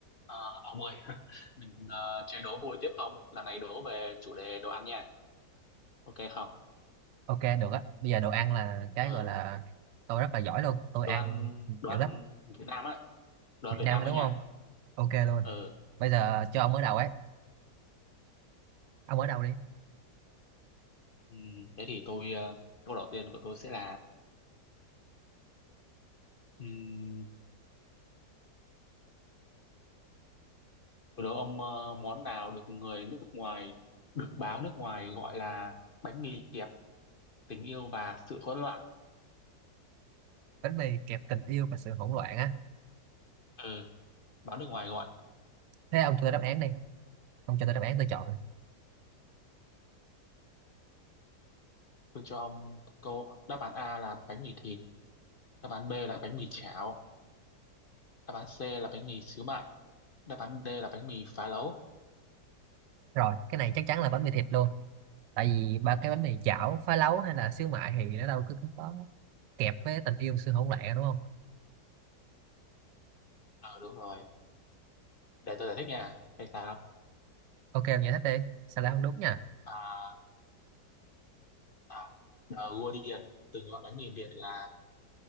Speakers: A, on the left; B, on the right.
A: À, ông ơi, <laughs> mình ờ, chơi đố vui tiếp không? Lần này đố về chủ đề đồ ăn nha. Ok không?
B: ok được á bây giờ đồ ăn là cái
A: Ừ,
B: gọi là tôi rất là giỏi luôn tôi
A: đồ
B: ăn
A: ăn đồ
B: dữ
A: ăn
B: lắm
A: Việt Nam á, đồ
B: Việt
A: ăn Việt
B: Nam
A: Nam
B: thôi
A: thôi
B: đúng
A: nha.
B: không ok luôn
A: Ừ,
B: bây giờ cho ông ở
A: ừ.
B: đầu ấy ông ở đầu đi
A: Ừm, Thế thì tôi ờ, câu đầu tiên của tôi sẽ là ừm, tôi đố ông ờ, món nào được người nước ngoài được báo nước ngoài gọi là bánh mì kẹp tình yêu và sự hỗn loạn.
B: bánh mì kẹp tình yêu và sự hỗn loạn á
A: Ừ, báo nước ngoài gọi.
B: thế ông cho tôi đáp án đi ông cho tôi đáp án tôi chọn
A: Tôi cho ông câu đáp án A là bánh mì thịt, đáp án B là bánh mì chảo, đáp án C là bánh mì xíu mại đáp án D là bánh mì phá lấu
B: rồi cái này chắc chắn là bánh mì thịt luôn tại vì ba cái bánh mì chảo phá lấu hay là xíu mại thì nó đâu cứ, cứ có kẹp với tình yêu sự hỗn loạn đúng không
A: ờ đúng rồi để tôi giải thích nha hay sao
B: ok ông giải thích đi sao lại không đúng nha
A: à, à, The Guardian từng gọi bánh mì Việt là